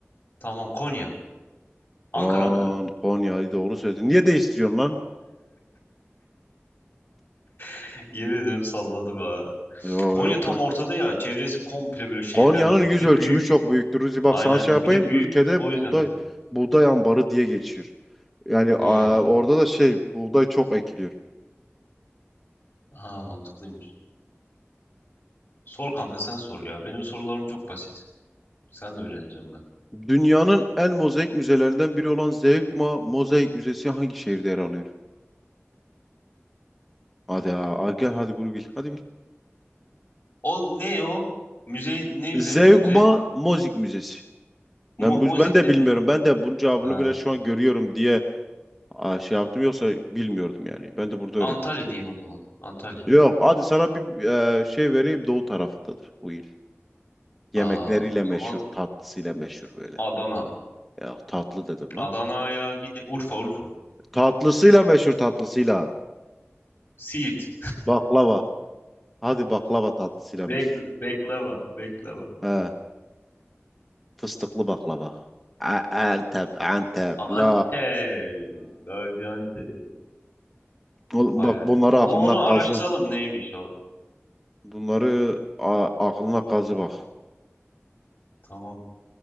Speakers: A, on the left; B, in the centre.
A: Tamam, Konya. Ankara
B: Ulan
A: Ankara.
B: Konya'yı doğru söyledin. Niye değiştiriyorsun lan?
A: <laughs> Yemin ederim salladı be.
B: Yok
A: Konya
B: yok
A: tam ortada ya. Çevresi komple böyle şehirlerle
B: Konya'nın
A: dolu.
B: yüz
A: Bir de
B: ölçümü
A: büyük.
B: çok büyüktür. Ruzi bak
A: Aynen
B: sana
A: aynen.
B: şey yapayım.
A: Bir de büyük.
B: Ülkede
A: O yüzden
B: buğday
A: dedim.
B: buğday ambarı diye geçiyor. Yani a,
A: Hmm.
B: orada da şey buğday çok ekiliyor.
A: Ha mantıklıymış. Sor kanka sen sor ya. Benim sorularım çok basit. Sen de öğreneceğim ben.
B: Dünyanın en mozaik müzelerinden biri olan Zeugma Mozaik Müzesi hangi şehirde yer alıyor? Hadi ha, ha, gel hadi bunu bil. Hadi bil.
A: O ne o? Müze ne üzerine
B: Zeugma
A: müze?
B: Mozaik Müzesi.
A: Mo
B: Ben
A: Mozik
B: bu ben de
A: nedir?
B: bilmiyorum. Ben de bunun cevabını
A: Ha,
B: bile şu an görüyorum diye a, şey yaptım yoksa bilmiyordum yani. Ben de burada
A: Antalya
B: öğrendim.
A: diyeyim o zaman. Antalya.
B: Yok hadi sana bir e, şey vereyim doğu tarafındadır bu il. Yemekleriyle
A: Aa, o
B: meşhur,
A: zaman
B: tatlısıyla meşhur böyle.
A: Adana.
B: Ya tatlı dedim lan.
A: Adana'ya gide. Urfa Urfa.
B: Tatlısıyla meşhur tatlısıyla.
A: Siirt.
B: Baklava. Hadi baklava tatlısıyla meşhur.
A: Bek Beklava. Beklava.
B: He, fıstıklı baklava. A- Antep, Antep.
A: Antep.
B: La.
A: Gaziantep.
B: Oğlum
A: Vay
B: Bak
A: be.
B: bunları
A: Ama
B: aklına
A: onu
B: kazı.
A: araştıralım neymiş o.
B: Bunları a- aklına kazı bak.
A: Tamam.